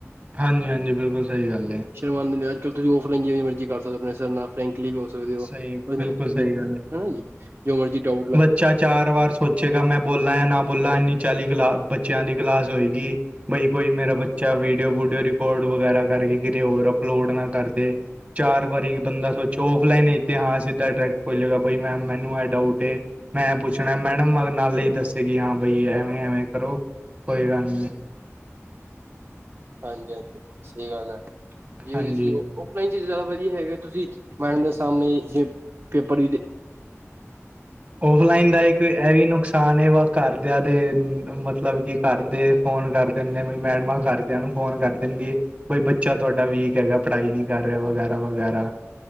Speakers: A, on the right; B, on the right.
A: ਹਾਂਜੀ-ਹਾਂਜੀ, ਬਿਲਕੁਲ ਸਈ ਗੱਲ ਏ।
B: ਸ਼ਰਮਾਂਦੇ ਨੇ, ਅੱਜ-ਕੱਲ੍ਹ ਤੁਸੀ ਔਫਲਾਈਨ ਜਿਵੇ ਮਰਜ਼ੀ ਕਰ ਸਕਦੇ, ਆਪਣੇ ਸਰ ਨਾਲ ਫਰੈਂਕਲੀ ਵੀ ਹੋ ਸਕਦੇ ਹੋ,
A: ਸਹੀ
B: <unintelligible>
A: ਬਿਲਕੁਲ ਸਹੀ
B: ਹਨਾ ਜੀ, ਜੋ ਮਰਜੀ ਡਾਊਟ ਲਾ
A: ਚਾ ਚਾਰ ਵਾਰ ਸੋਚੇਗਾ, ਮੈਂ ਬੋਲਾ ਯਾ ਨਾ ਬੋਲਾ, ਇੰਨੀ ਚਾਲੀ ਕਲਾ ਬੱਚਿਆਂ ਦੀ ਕਲਾਸ ਹੋਏਗੀ। ਬਈ ਕੋਈ ਮੇਰਾ ਬੱਚਾ ਵੀਡੀਓ, ਵੂਡੀਓ ਰੀਕੋਰਡ ਵਗੈਰਾ ਕਰਕੇ, ਕਿਤੇ ਹੋਰ ਅਪਲੋਡ ਨਾ ਕਰਦੇ। ਚਾਰ ਵਾਰੀ ਬੰਦਾ ਸੋਚੋ ਪਲੇ ਨੀ ਤੇ ਹਾਂ, ਸਿੱਦਾ ਡਾਰੈਕਟ ਬੋਲੇਗਾ, ਬਈ ਮੈਮ ਮੈਨੂੰ ਏਹ ਡਾਊਟ ਏ। ਮੈਂ ਏਹ ਪੁੱਛਣਾ ਏ, ਮੈਡਮ ਮ ਨਾਲੇ ਈ ਦੱਸੇਗੀ, ਹਾਂ ਬਈ ਐਵੇਂ-ਐਵੇਂ ਕਰੋ, ਕੋਈ ਗੱਲ ਨੀ।
B: ਹਾਂਜੀ-ਹਾਂਜੀ, ਸਈ ਗੱਲ ਐ, ਜਿਵੇਂ
A: ਹਾਂਜੀ।
B: ਜਸੀਂ ਉਹ ਔਫਲਾਈਨ ਚ ਜਾਦਾ ਵਦੀਆ ਹੈਗਾ, ਤੁਸੀਂ ਮੈਡਮ ਦੇ ਸਾਮਣੇ ਜੇ ਪੇਪਰ ਵੀ ਦੇ
A: ਔਫਲਾਈਨ ਦਾ ਇੱਕ ਏਹ ਵੀ ਨੁਕਸਾਨ ਏ, ਵ ਕਾਰਦੇਆਂ ਦੇ ਮਤਲਬ ਕਿ ਕਰਦੇ ਫੋਨ ਕਰ ਦਿੰਦੇ, ਵੀ ਮੈਡਮਾਂ ਕਰਦੇਆਂ ਨੂੰ ਫੋਨ ਕਰ ਦਿੰਦੀ ਏ। ਕੋਈ ਬੱਚਾ ਤੁਹਾਡਾ ਵੀਕ ਹੈਗਾ, ਪੜ੍ਹਾਈ ਨਈ ਕਰ ਰਿਆ ਵਗੈਰਾ-ਵਗੈਰਾ।